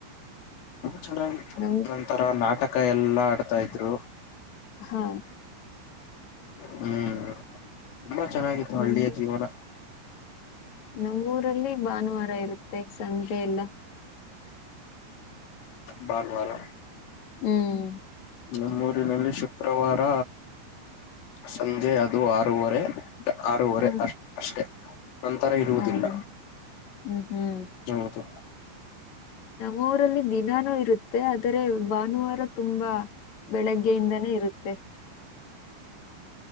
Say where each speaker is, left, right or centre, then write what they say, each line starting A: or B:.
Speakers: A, on the left; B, on the left.
A: ಚನಾಗಿತ್ತು
B: ನಮ್
A: ನನ್ನ ತರ ನಾಟಕ ಯಲ್ಲಾ ಆಡ್ತಾಇದ್ರು
B: ಹಾ
A: ಹ್ಮ್ ತುಂಬಾ ಚೆನ್ನಾಗಿತ್ತು
B: ನಮ್
A: ಹಳ್ಳಿಯ ಜೀವನ
B: ನಮ್ಮೂರಲ್ಲಿ ಭಾನುವಾರ ಇರುತ್ತೆ ಸಂಜೆ ಎಲ್ಲ.
A: ಭಾನುವಾರ.
B: ಹ್ಮ್.
A: ನಮ್ಮೂರಿನಲ್ಲಿ ಶುಕ್ರವಾರ ಸಂಜೆ ಅದು ಆರೂವರೆ. ಆರೂವರೆ
B: ಹ
A: ಅಷ್ಟೆ ನಂತರ ಇರುವುದಿಲ್ಲ.
B: ಹೌದು ಹ್ಮ್ ಹ್ಮ್
A: ಹೌದು.
B: ನಮ್ಮ ಊರಲ್ಲಿ ದಿನಾನೂ ಇರುತ್ತೆ ಆದರೆ ಭಾನುವಾರ ತುಂಬಾ. ಬೆಳಗ್ಗೆಯಿಂದಾನೇ ಇರುತ್ತೆ.